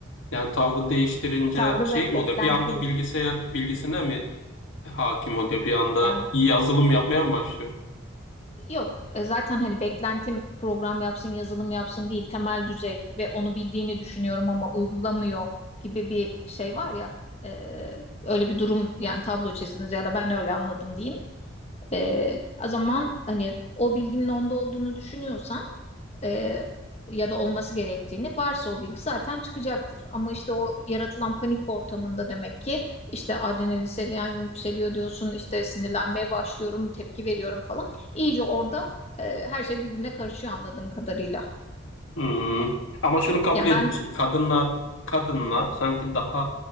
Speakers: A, on the left (about 75°); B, on the left (about 30°).
A: Yani tavrı değiştirince
B: Tavrı
A: şey
B: ve
A: mi
B: beklentiyi
A: oluyor? Bir anda bilgisayar bilgisine mi hakim oluyor? Bir anda
B: yani
A: iyi yazılım yapmaya mı başlıyor?
B: Yok e, zaten hani beklentim program yapsın yazılım yapsın değil temel düzey ve onu bildiğini düşünüyorum ama uygulamıyor gibi bir şey var ya e, öyle bir durum yani tablo çizdiniz ya da ben öyle anladım diyeyim. E, o zaman hani o bilginin onda olduğunu düşünüyorsan e, ya da olması gerektiğini varsa o bilgi zaten çıkacaktır. Ama işte o yaratılan panik ortamında demek ki işte adrenalin seviyen yükseliyor diyorsun işte sinirlenmeye başlıyorum tepki veriyorum falan. İyice orada e, her şey birbirine karışıyor anladığım kadarıyla.
A: Hmm. Ama şunu kabul
B: Ya
A: ediyorsun.
B: ben
A: Kadınlar kadınlar sanki daha